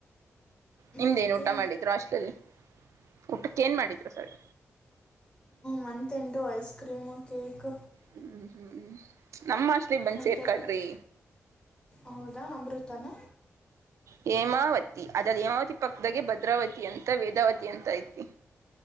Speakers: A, on the right; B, on the left.
A: ನಿಮ್ದೇನ್
B: ಮತ್ತು
A: ಊಟ ಮಾಡಿದ್ರು ಅಷ್ಟಲಲ್ಲಿ ಊಟಕ್ಕೆ ಏನ್ ಮಾಡಿದ್ರು ಸರಿ
B: month end ice cream cake
A: ಹ್ಮ್ ಹ್ಮ್ ನಮ್ಮ ಅಷ್ಟಲಿ ಬಂದ್
B: ಮೆಂತೆ
A: ಸೇರ್ಕಳ್ರಿ
B: ಬಾತ್ ಹೌದಾ ಅಮೃತಾನ
A: ಹೇಮಾವತಿ ಅದಲ್ಲಿ ಹೇಮಾವತಿ ಪಕ್ಕದಾಗ ಭದ್ರಾವತಿ ಅಂತ ವೇದಾವತಿ ಅಂತ ಐತಿ